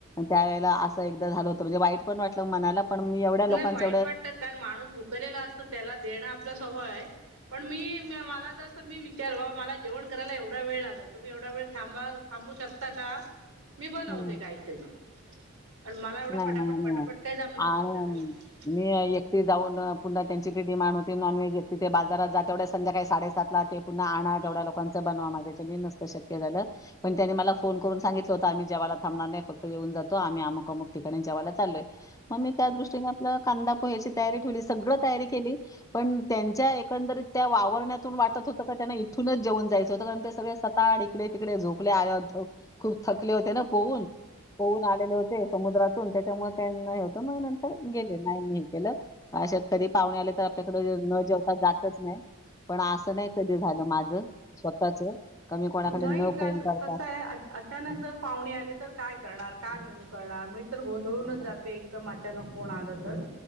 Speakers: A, on the left; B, on the right.
A: त्या वळे अस एक झालं होत. म्हणजे वाईट पण वाट मनाला. पण मी एवढं. लोकांचं
B: नाही वाईट कारण माणूस भू''--'' भुकेलेला असतं त्याला देणं आप सवय आहे पण मी मला जसं. तर मी विचार बाबा मला जेवण करायला एवढा वेळ लागलं. तुम्ही एवढा वेळ थांबा थांबू शकता का मी बनवते
A: हम्म
B: काहीतरी. कारण मला एवढं
A: नाही
B: पटापट
A: नाही नाही
B: पटापट काही जमणार
A: आणि
B: नाही. करायला
A: ''मी एकटी जाऊन पुन्हा त्यांची ते डिमांड होती. नॉनव्हेज एकटी ते बाजारात जात तेवढ्या संध्याकाळी साडेसात ला ते. पुन्हा आणा तेवडा लोकांचा बनवा माझ्याच्या नसत शक्य झालं. पण त्यां मला फोन करून सांगितलं होता आम् जव्हाला थबणार नाही फक्त. येऊन जातो आम्ही अमुकमुक ठिकाणी जेयला चालोय मग मी त्या दृष्टीन. कांदा पोह्याची तयारी ठेवली सगळं तयारी केली. पण त्यांच्या एकंदरीत त्या वावरण्यातून वाटत होतं. का त्यांना इथूनच जेऊन जायचं होतं कारण ते सगळ्या. सता इकडे तिकडे झोपले आद् खूप थकले होते ना पोहून. होऊन आलेले होते समुद्रातून त्याच्यामुळे त्यांना होत मग नंतर गेले नाही मी हे केलं. आशात तरी पाहुणे आले तर आपल्याकडे न जेवता जातच नाही. पण असं नाही कधी झालं माझ स्वतःच. का मी कोणाकडे
B: नाही
A: न
B: कस
A: फोन करता
B: कसं आहे आच आच. अचानक जर पाहुणे आले तर करणार काय मेनू करणार मग तर गोंधळूनच जाते एकदम अशी. अचानक कोण आलं
A: हम्म,
B: तर.